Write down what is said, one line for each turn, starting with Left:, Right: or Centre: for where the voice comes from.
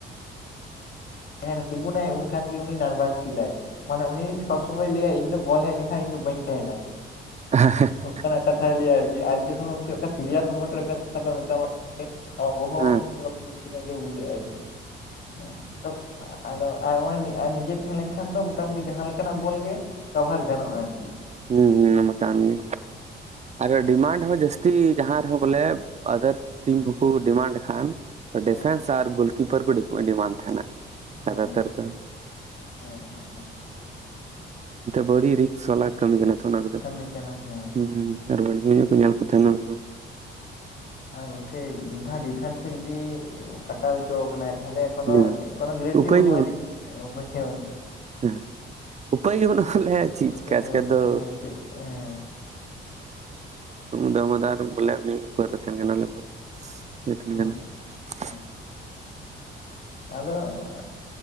Left: ᱡᱟᱦᱟ ᱨᱮ ᱛᱤᱜᱩ ᱱᱟᱭ ᱩᱱ ᱠᱷᱟᱱᱜ ᱜᱮ ᱩᱱᱤ ᱱᱟᱨᱵᱷᱟᱥ ᱯᱷᱤᱞᱟᱭ ᱢᱟᱱᱮ ᱩᱱᱤ ᱥᱚᱵ ᱥᱚᱢᱚᱭ ᱞᱟᱹᱭᱟᱭ ᱤᱧ ᱫᱚ ᱵᱚᱞ ᱦᱮᱡ ᱞᱮᱠᱷᱟᱡ ᱤᱧ ᱫᱚ ᱵᱟᱹᱧ ᱛᱟᱦᱮᱱᱟ᱾
Right: ᱦᱮᱸ ᱦᱮᱸ᱾
Left: ᱚᱱᱠᱟᱱᱟᱜ ᱠᱟᱛᱷᱟ ᱞᱟᱹᱭᱟ ᱟᱨᱠᱤ ᱟᱨ ᱡᱚᱠᱷᱚᱱ ᱠᱤ ᱜᱚᱢᱠᱮ ᱢᱮᱴᱟᱝ ᱥᱤᱨᱤᱭᱟᱥ ᱢᱩᱴ ᱨᱮ ᱠᱟᱛᱷᱟ ᱠᱚ ᱢᱮᱛᱟᱢᱟ ᱟ ᱵᱚᱦ ᱦᱚᱸ
Right: ᱦᱮᱸ
Left: ᱩᱱᱫᱚ ᱠᱟᱹᱴᱤᱡ ᱪᱤᱠᱟ ᱪᱚ ᱵᱩᱡᱟᱹ ᱟᱨᱠᱤ ᱦᱮᱸ ᱟᱫᱚ <inaudible> ᱱᱤᱡᱮ ᱛᱟᱦᱮᱸ ᱞᱮᱱᱠᱷᱟᱱ ᱫᱚ ᱢᱳᱴᱟᱢᱩᱴᱤ ᱡᱟᱦᱟᱸ ᱞᱮᱠᱟᱱᱟᱜ ᱵᱚᱞ ᱜᱮ ᱠᱟᱵᱷᱟᱨ ᱜᱟᱱᱚᱜᱼᱟ, ᱟᱨᱠᱤ᱾
Right: ᱦᱩᱸ ᱦᱩᱸ ᱚᱱᱟ ᱠᱟᱱ ᱜᱮ᱾ ᱟᱨ ᱰᱤᱢᱟᱱᱰ ᱦᱚᱸ ᱡᱟᱹᱥᱛᱤ ᱡᱟᱦᱟᱸ ᱨᱮᱦᱚᱸ ᱵᱚᱞᱮ ᱟᱫᱟᱨ ᱴᱤᱢ ᱦᱚ ᱠᱚ ᱰᱤᱢᱟᱱᱰ ᱠᱷᱟᱱ ᱰᱤᱯᱷᱮᱱᱥᱟᱨ
Left: ᱦᱮᱸ
Right: ᱟᱨ ᱜᱳᱞᱠᱤᱯᱟᱨ ᱠᱚ ᱰᱤᱢᱟᱱ ᱛᱟᱦᱮᱱᱟ ᱡᱟᱫᱟ
Left: ᱦᱮᱸ
Right: ᱛᱟᱨ
Left: ᱦᱮᱸ
Right: ᱫᱚ᱾
Left: ᱦᱮᱸ
Right: ᱵᱟᱹᱲᱤ ᱨᱤᱠᱥ ᱵᱟᱞᱟ ᱠᱟᱹᱢᱤ ᱠᱟᱱᱟ ᱛᱚ, ᱚᱱᱟ ᱠᱚᱫᱚ
Left: ᱠᱟᱹᱢᱤ ᱠᱟᱱᱟ ᱦᱮᱸ
Right: ᱦᱩᱸ
Left: ᱦᱮᱸ
Right: ᱟᱨ ᱵᱷᱟᱹᱜᱤ ᱧᱚᱜ ᱠᱚ ᱧᱮᱞ ᱠᱚ ᱛᱟᱦᱮᱱᱟ ᱩᱱᱠᱩ
Left: ᱦᱮᱸ ᱟᱨ ᱜᱚᱝᱠᱮ ᱢᱤᱫ ᱫᱷᱟᱣ ᱰᱤᱯᱷᱮᱱᱥ ᱡᱩᱫᱤ ᱠᱟᱴᱟᱣ ᱦᱚᱪᱚ ᱠᱟᱱᱟᱭ ᱛᱟᱦᱞᱮ ᱠᱳᱱᱳ
Right: ᱦᱮᱸ
Left: ᱠᱚᱱᱳ ᱜᱮᱨᱮᱱᱴᱤ
Right: ᱩᱯᱟᱹᱭ
Left: ᱵᱟᱹᱱᱩᱜᱼᱟ
Right: ᱜᱮ ᱵᱟᱹᱱᱩᱜ
Left: ᱡᱮ ᱩᱯᱟᱹᱭ ᱜᱮ ᱵᱟᱹᱱᱩᱜᱼᱟ?
Right: ᱦᱮᱸ ᱩᱯᱟᱹᱭ ᱜᱮ ᱵᱟᱱᱩᱜ ᱯᱟᱞᱮ ᱪᱮᱫ
Left: ᱩᱯᱟᱹᱭ
Right: ᱪᱮᱠᱟ
Left: ᱜᱮ
Right: ᱛᱮ
Left: ᱵᱟᱹᱱᱩᱜᱼᱟ
Right: ᱟᱫᱚ
Left: ᱦᱮᱸ ᱪᱮᱫ ᱦᱮᱸ
Right: <inaudible> ᱫᱚᱢᱟᱫᱟᱨ ᱵᱚᱞᱮ ᱩᱱᱤ <unintelligible>
Left: ᱦᱩᱸ ᱦᱩᱸ ᱟᱫᱚ <unintelligible>